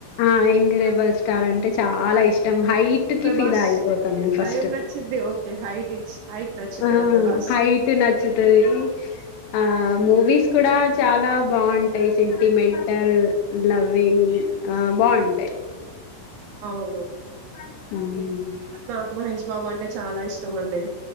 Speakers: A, on the left (about 80°); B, on the right (about 80°).
A: ఆ ఎంగ్రేబల్ స్టార్ అంటే చాలా ఇష్టం హైట్
B: ప్రభాస్
A: కి ఫిదా అయిపోతాను నేను ఫస్ట్
B: ఏం నచ్చిద్ది ఓకే హైట్ ఇచ్ హైట్ నచ్చుతదా
A: ఆ
B: ప్రభాస్
A: హైట్ నచ్చుతది ఆ
B: ఉమ్
A: మూవీస్ కూడా చాలా బాగుంటాయి సెంటిమెంటల్ లవింగ్ ఆ బాగుంటాయి
B: అవును
A: హ్
B: నాకు మహేష్ బాబు అంటే చాలా ఇష్టం అండి